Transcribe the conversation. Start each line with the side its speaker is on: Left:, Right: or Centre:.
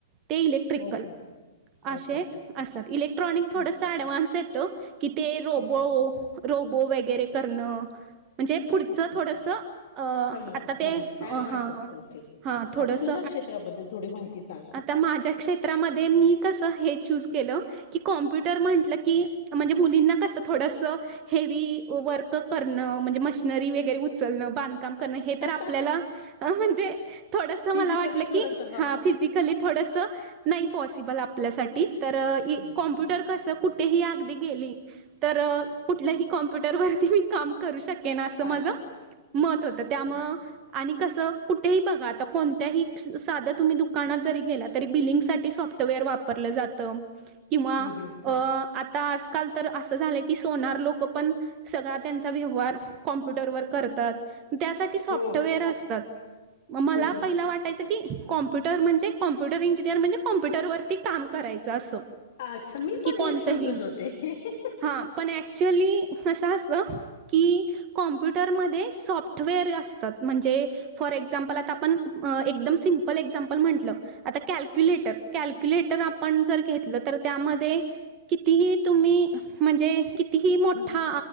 Right: ते इलेक्ट्रिकल
Left: ओके
Right: असे
Left: ओके ओके
Right: असत. इलेक्ट्रॉनिक थोडंस
Left: हम्म
Right: ॲडव्हान्स येत की ते रोबो
Left: ओके
Right: रोबो वगैरे करणं, म्हणजे पुढचं
Left: ओके
Right: थोडसं
Left: ओके समजलं
Right: आता ते
Left: हम्म हम्म
Right: ह
Left: ऍडव्हान्स असतं ओके
Right: हां थोडस,
Left: आता तुझ्या क्षेत्राबद्दल थोडी माहिती सांग
Right: आता माझ्या क्षेत्रामध्ये मी- कस हे चुझ्अ केल की कॉम्प्युटर म्हणतील कि म्हणजे मुलीना कस थोडस हेवी वर्क करण हे म्हणजे मशनरी वैगेरे उचलण बांधकाम- बांधकाम करणे
Left: हम्म
Right: तर आपल्याला म्हणजे थोडस मला
Left: फिजिकली
Right: वाटल
Left: थोडस
Right: की हा फिजिकल कस नाही पॉसिबल आपल्या साठी तर
Left: हम्म
Right: कॉम्प्युटर कस कुठे ही आपल्याला कुठ गेली तर कुठल्या ही कॉमप्युटर वरीती मी काम करू शक- अस माझ
Left: अच्छा
Right: मत होत त्यामुळे
Left: हम्म
Right: आणि कस कुठेही बघा आता कोणत्याही साध्या तुम्ही दुकानात जरी गेला तरी बिलिंग साठी सॉफ्टवेअर वापर वापरल जातं किंवा
Left: हम्म
Right: अ आता आता आजकाल तर असं झालं की सोनार लोक पण सगळा त्यांचा व्यवहार कॉम्प्युटरवर करतात - करतात त्या साठी सॉफ्टवेअर
Left: हो हम्म
Right: असतात म मला
Left: हम्म
Right: पहिला वाटाय- तर ती कॉम्प्युटर म्हणजे कॉम्प्युटर इंजिनिअर म्हणजे कॉम्प्युटरवरती काम करायचं असं.
Left: अच्छा मी
Right: की
Left: पण
Right: कोणतही
Left: हेच समजत होते हम्म
Right: हा पण ऍक्चुली, कस असत की कॉम्प्युटरमध्ये सॉफ्टवेअर असतात म्हणजे फॉर इग्झा - इग्झामपल आता आपण सिम्पल इग्झामपल म्हटलं आता कॅल्क्युलेटर कॅल्क्यु तेतर आपण जर घेतल तर त्या मध्ये कितीही तुम्ही म्हणजे. कितीही मोठा
Left: हम्म